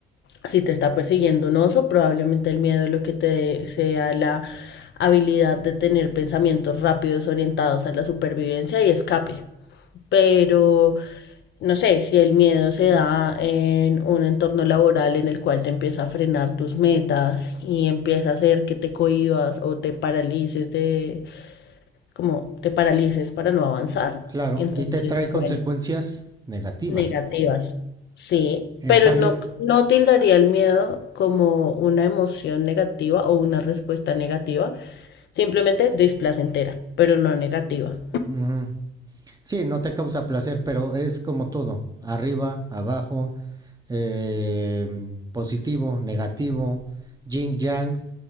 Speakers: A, on the left (about 65°); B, on the right (about 20°).
A: si te está persiguiendo un oso, probablemente el miedo lo que te dé sea la habilidad de tener pensamientos rápidos orientados a la supervivencia y escape. Pero no sé, si el miedo se da en un entorno laboral en el cual te empieza a frenar tus metas y empieza a hacer que te cohibas o te paralices de, como te paralices para no avanzar,
B: Claro,
A: entonces,
B: y te trae consecuencias
A: bueno,
B: negativas.
A: negativas, sí,
B: En
A: pero
B: cambio,
A: no, no tildaría el miedo como una emoción negativa o una respuesta negativa, simplemente displacentera, pero no negativa.
B: ujú, sí, no te causa placer, pero es como todo, arriba, abajo, eh, positivo, negativo, yin yang,